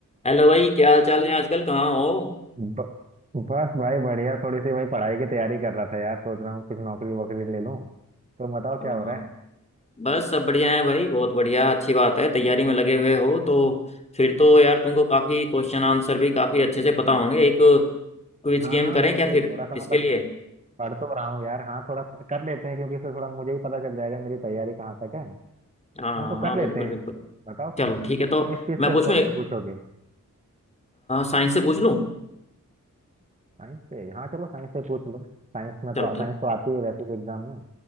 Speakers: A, on the left; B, on the right.
A: Hello भाई क्या हाल चाल है आजकल कहाँ हो
B: ब, बस भाई बढ़िया थोड़ी सी भाई पढ़ाई की तैयारी कर रहा था यार सोच रहा हूँ कुछ नौकरी वोकरी ले लूँ तो बताओ
A: हाँ
B: क्या हो
A: हाँ
B: रहा है
A: बस सब बढ़िया है भाई बहुत बढ़िया अच्छी बात है तैयारी में लगे हुए हो तो फिर तो यार तुमको काफी क्वेश्चन आंसर भी काफी अच्छे से पता होंगे एक क्विज
B: हाँ
A: गेम
B: हाँ
A: करें
B: बिल्कुल
A: क्या फिर
B: थोड़ा सा
A: इसके
B: मतलब
A: लिए
B: पढ़ तो रहा हूँ यार हाँ थोड़ा प- कर लेते हैं क्योंकि इससे थोड़ा मुझे ही पता चल जाएगा मेरी तैयारी कहाँ तक है
A: हाँ हाँ
B: हाँ तो
A: हाँ,
B: कर लेते
A: बिल्कुल
B: हैं
A: बिल्कुल
B: बताओ
A: चलो ठीक है तो
B: किस चीज़
A: मैं
B: से
A: पूछूं
B: क्वेश्चन
A: एक
B: पूछोगे
A: साइंस से पूछ लूं
B: साइंस से हाँ चलो साइंस से पूछ लो साइंस में
A: चलो
B: तो साइंस
A: ठीक
B: तो आती है वैसे भी एग्जाम में